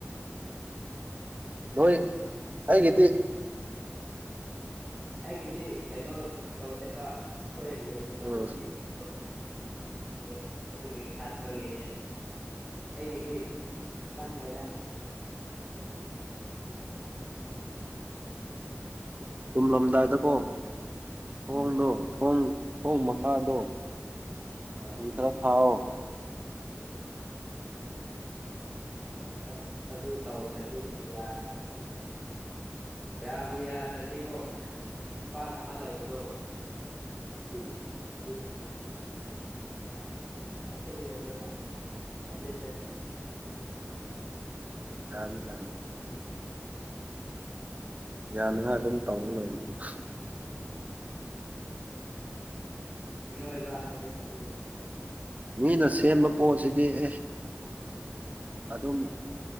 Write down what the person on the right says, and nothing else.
ꯅꯣꯏꯣꯏ ꯑꯩꯒꯤꯗꯤ
ꯎꯝ
ꯇꯨꯝꯂꯝꯗꯥꯏꯗꯀꯣ ꯐꯣꯟꯗꯣ
ꯊꯣꯡ ꯊꯣꯡ ꯃꯈꯥꯗꯣ
ꯊꯤꯗꯔ ꯊꯥꯎꯑꯣ
ꯌꯥꯅꯤ ꯌꯥꯅꯤ ꯌꯥꯅꯤꯉꯥꯏ ꯑꯗꯨꯝ ꯇꯧ ꯂꯣꯢꯔꯦ ꯀꯩꯅꯣ
ꯃꯤꯅ
ꯁꯦꯝꯕ ꯄꯣꯠꯁꯤꯗꯤ ꯑꯦ ꯑꯗꯨꯝ